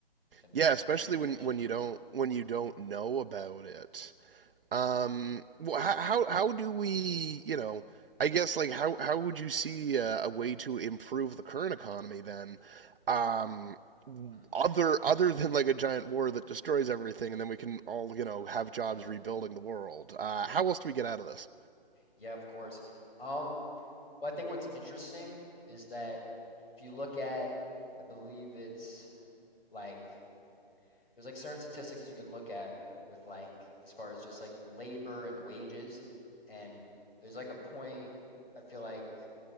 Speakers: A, on the left; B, on the right.
A: with inf
B: yeah especially
A: rampant inflation.
B: when when you don't when you don't know about it Um, how how do we, you know, I guess like how how would you see uh, a way to improve the current economy then? Um,
A: Hmm.
B: other other than like a giant war that destroys everything, and then we can all, you know, have jobs
A: Yeah.
B: rebuilding the world. Uh, how else do we get out of this?
A: Yeah, of course. Um, well, I think what's interesting is that if you look at, I believe it's like there's like certain statistics you can look at with like as far as just like labor and wages, and there's like a point I feel like